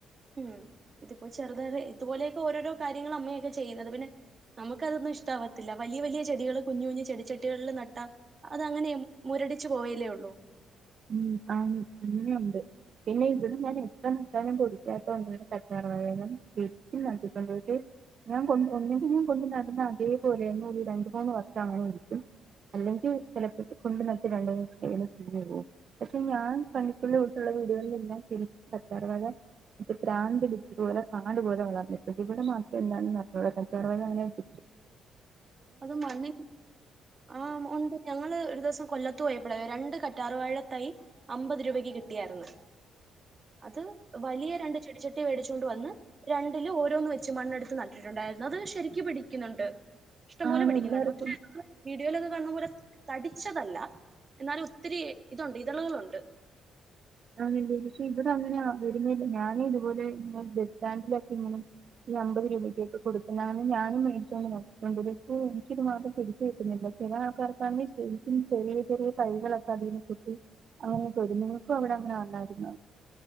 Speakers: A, on the right (about 35°); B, on the right (about 50°).
A: ഉം ഇതിപ്പോ ചെറുത ഇതുപോലെയൊക്കെ ഓരോരോ കാര്യങ്ങള അമ്മയൊക്കെ ചെയ്യുന്നത് പിന്നെ നമുക്കതോന്ന് ഇഷ്ട്ടാവത്തില്ല വലിയ വലിയ ചെടികൾ കുഞ്ഞു കുഞ്ഞു ചെടിച്ചെടികളിൽ നട്ടാ അത് അങ്ങനെ മുരടിച്ചു പോവയല്ലേ യൊള്ളു
B: ഉം ആണ് അങ്ങനെയുണ്ട് പിന്നെ ഇവിടെ ഞാൻ എത്ര നട്ടാലും പൊടിക്കാത്ത ഒന്നാണ് കറ്റാർവാഴയില ശരിക്കും നട്ടിട്ടുണ്ട് ഞാൻ കൊണ്ട് ഒന്ന്കിൽ ഞാൻ കൊണ്ട് നടന്ന അതേപോലെ എന്നെ ഒരു രണ്ട് മൂന്ന് വർഷം അങ്ങനെഎടുതു അല്ലെങ്കി ചെലപ്പൊ കൊണ്ട് നടത്തി രണ്ടൂന്നിസം കയ്യുമ്പൊ കൊണ്ട് പോവും പഷെ ഞാൻ കണ്ടിട്ടുള്ള ഇവ്ട്തുള്ള വീടുകളിലെല്ലാം ശരിക് കറ്റാർ വാഴ പ്രാന്ത്ട് കാട് പോലെ വളർന്നിട്ടും ഇവ്ടെ മാത്രം എന്താണെന്ന റിഞ്ഞൂടങ്ങനെ കറ്റാർ വാഴ <unintelligible>
A: അത് മണ്ണി ആഹ് ഒണ്ട് ഞങ്ങള് ഒര് ഒരു ദിവസം കൊല്ലത്ത് പോയപ്പഴെ രണ്ട് കറ്റാർവാഴതൈ അമ്പത് രൂപയ്ക്ക് കിട്ടിയാര്ന്ന്. അത് വലിയ രണ്ട് ചെടിച്ചട്ടി വേടിച്ച് കൊണ്ട് വന്ന് രണ്ടിലും ഓരോന്ന് വെച്ച് മണ്ണെടുത്ത് നട്ടിട്ട്ണ്ടായിരുന്നു, അത് ശരിക്ക് പിടിക്കുന്നുണ്ട്. ഇഷ്ടം പോലെ
B: ആണ്
A: പിടിക്ക്ന്നുണ്ട്,
B: എല്ലായിടത്തും
A: പക്ഷേ വീഡിയോലത് കാണ്ന്ന പോലെ തടിച്ചതല്ല, എന്നാലും ഒത്തിരി ഇതൊണ്ട് ഇതളുകളുണ്ട്.
B: <unintelligible> പക്ഷേ ഇവ്ടങ്ങനെ ആ വരുന്നേയില്ല ഞാന് ഇതുപോലെ ഇങ്ങനെ ബസ്റ്റാൻഡിലൊക്കെ ഇങ്ങനെ ഈ അമ്പത് രൂപയ്ക്കൊക്കെ കൊടുക്കുന്ന <unintelligible> ഞാനും മേടിച്ചൊന്ന് നോക്കി <unintelligible> മാസം പിടിച്ച് വെക്ക്ന്നില്ല. ചെല ആൾക്കാർക്കാണെങ്കി ശെരിക്കും ചെറിയ ചെറിയ തൈകളൊക്കെ അതീന്ന് പൊട്ടി <unintelligible> പ അവ്ടങ്ങനെ വന്നാരുന്നോ?